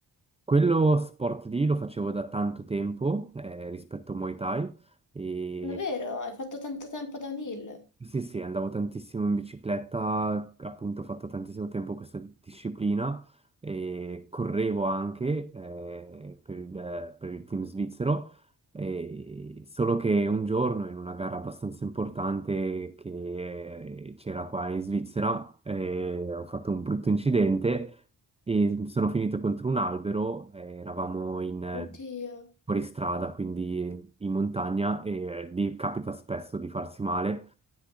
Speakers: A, on the right; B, on the left.
A: Quello sport lì lo facevo da tanto tempo, eh, rispetto a Muay Thai. E
B: Davvero? Hai fatto tanto tempo da un hill?
A: Sì, sì, andavo tantissimo in bicicletta, appunto ho fatto tantissimo tempo questa disciplina e correvo anche eh, per il, per il team svizzero, e solo che un giorno in una gara abbastanza importante che c'era qua in Svizzera eh, ho fatto un brutto incidente e sono finito contro un albero, eh, eravamo in eh,
B: Oddio,
A: fuoristrada, quindi in montagna e lì capita spesso di farsi male